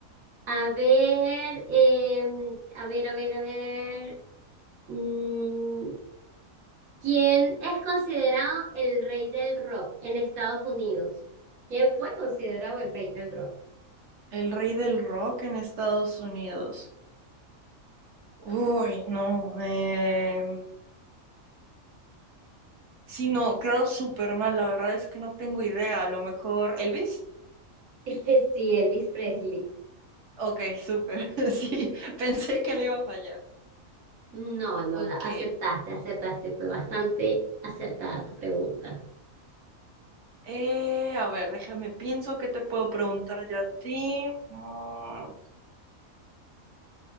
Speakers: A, on the right; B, on the right.
A: a ver, em, a ver, a ver, a ver. Mm, ¿quién es considerado el rey del rock en Estados Unidos? ¿Quién fue considerado el rey del rock?
B: El rey del rock en Estados Unidos. Uy, no. Eh... Sí, no, creo súper mal. La verdad es que no tengo idea. A lo mejor. ¿Elvis?
A: <laughs> Sí, Elvis Presley.
B: Ok, súper. <laughs> Sí, pensé que le iba a fallar.
A: No, no,
B: Ok.
A: la acertaste, acertaste, fue bastante acertada tu pregunta.
B: Eh, a ver, déjame, pienso que te puedo preguntar yo a ti. Mm,